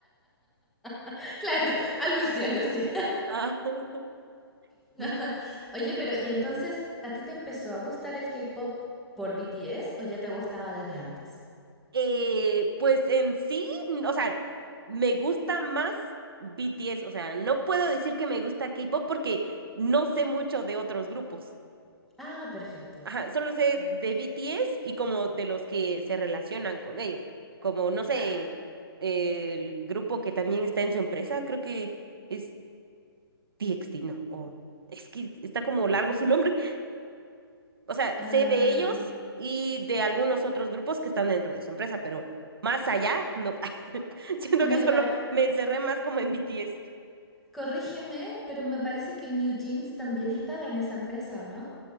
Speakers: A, in the centre; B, on the right.
A: <laughs> Claro, algo así, algo así.
B: Ah, <laughs>
A: <laughs>
B: no.
A: Oye, pero ¿y entonces a ti te empezó a gustar el K-pop por BTS o ya te gustaba desde antes?
B: Eh, pues en sí, n- o sea, me gusta más BTS, o sea, no puedo decir que me gusta K-pop porque no sé mucho de otros grupos.
A: Ah, perfecto.
B: Ajá, solo sé de BTS y como de los que se relacionan con ellos, como no sé,
A: Ah,
B: el grupo que también está en su empresa, creo que es T X T, no. O, es que está como largo su nombre. <laughs> O sea,
A: ah,
B: sé de ellos y de algunos otros grupos que están dentro de su empresa, pero más allá, no. <laughs> Siento
A: me
B: que solo
A: pa-
B: me encerré más como en BTS.
A: corrígeme, pero me parece que New Jeans también estaba en esa empresa, ¿o no?